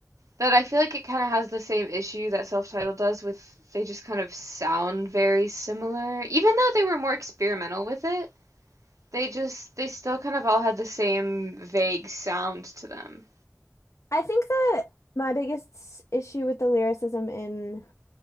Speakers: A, on the right; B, on the left.
A: but I feel like it kind of has the same issue that self-titled does with they just kind of sound very similar. Even though they were more experimental with it, they just they still kind of all had the same vague sound to them.
B: I think that my biggest issue with the lyricism in